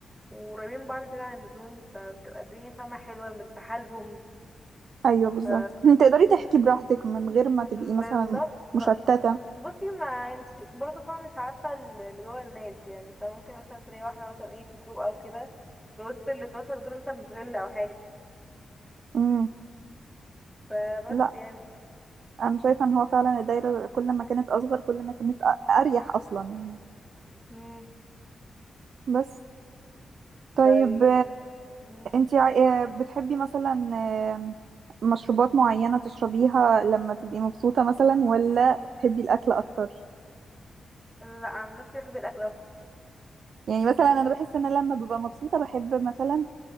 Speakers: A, in the centre; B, on the right.
A: وقريبين من بعض زيادة عن اللزوم فبتبقى الدنيا فاهمة حلوة مرتاحة لهم
B: ايوه بالظبط
A: ف
B: <laughs> تقدري تحكي براحتك من غير ما تبقي
A: بالظبط
B: مثلا
A: بقى
B: مشتتة
A: بصي ما انت برضه فاهمة مش عارفة اللي جوه الناس يعني فممكن مثلا تلاقي واحدة مثلا ايه في جروب أو كده في وسط ال 12 دول مثلا بتغل أو حاجة
B: امم
A: فبس
B: لا
A: يعني
B: انا شايفة ان هو فعلا الدايرة كل ما كانت اصغر كل ما كانت أ- اريح اصلا يعني
A: مم.
B: بس طيب
A: طيب مم.
B: انتي عا- آه، بتحبي مثلا آم، مشروبات معينة تشربيها لما تبقي مبسوطة مثلا ولا بتحبي الأكل أكتر
A: لا عن نفسي بحب الأكل أكتر
B: يعني مثلا أنا بحس إن أنا لما ببقى مبسوطة بحب مثلا